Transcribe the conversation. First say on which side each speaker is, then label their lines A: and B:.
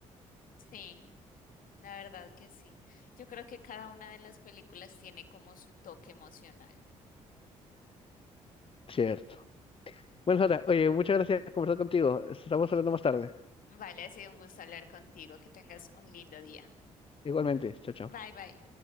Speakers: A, on the left; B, on the left.
A: sí, la verdad que sí. Yo creo que cada una de las películas tiene como su toque emocional.
B: cierto. Bueno, Sara, oye, muchas gracias por conversar contigo. Estamos hablando más tarde.
A: Vale, ha sido un gusto hablar contigo, que tengas un lindo día.
B: Igualmente, chao, chao.
A: Bye, bye.